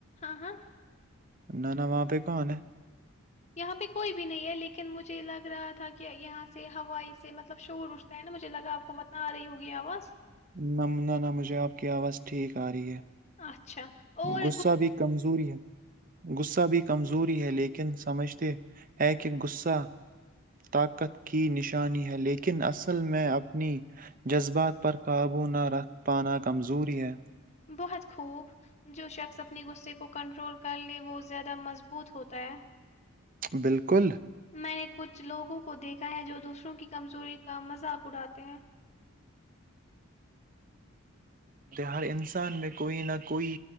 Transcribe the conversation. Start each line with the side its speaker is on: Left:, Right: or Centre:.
Left: ہاں ہاں
Right: نہ نہ وہاں پہ کون ہے
Left: یہاں پہ کوئی بھی نہیں ہے لیکن مجھے لگ رہا تھا کہ یہاں سے ہوائی سے مطلب شور اٹھتا ہے نا مجھے لگا آپ کو متن آ رہی ہوگی آواز
Right: ن من نہ مجھے آپ کی آواز ٹھیک آ رہی ہے
Left: اچھا اور
Right: غصہ بھی کمزوری ہے غصہ بھی کمزوری ہے لیکن سمجھتے ہے کہ غصہ طاقت کی نشانی ہے لیکن اصل میں اپنی جذبات پر قابو نہ رکھ پانا کمزوری ہے
Left: بہت خوب جو شخص اپنی غصے کو کنٹرول کر کر لیے وہ زیادہ مضبوط ہوتا ہے
Right: بالکل
Left: میں نے کچھ لوگوں کو دیکھا ہے جو دوسر وں کی کمزوری کا مذاق اڑاتے ہیں
Right: ہر انسان میں کوئی نہ کوئی